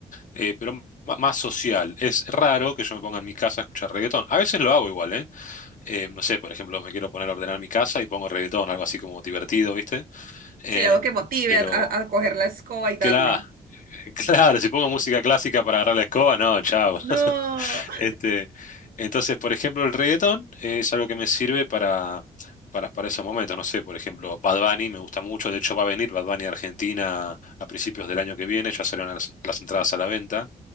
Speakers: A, on the left (about 55°); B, on the right (about 65°).
A: eh, pero ma- más social. Es raro que yo me ponga en mi casa a escuchar reggaetón. A veces lo hago igual, ¿eh? Eh, no sé, por ejemplo, me quiero poner a ordenar mi casa y pongo reggaetón, algo así como divertido, ¿viste? Em,
B: Sí, algo que motive
A: pero,
B: a, a- a coger la escoba y darle.
A: claro, <laughs> claro, si pongo música clásica para agarrar la escoba, no, chao.
B: No. <laughs>
A: Este, entonces, por ejemplo, el reggaetón es algo que me sirve para, para, para esos momentos. No sé, por ejemplo, Bad Bunny me gusta mucho. De hecho, va a venir Bad Bunny a Argentina a principios del año que viene. Ya salieron las, las entradas a la venta.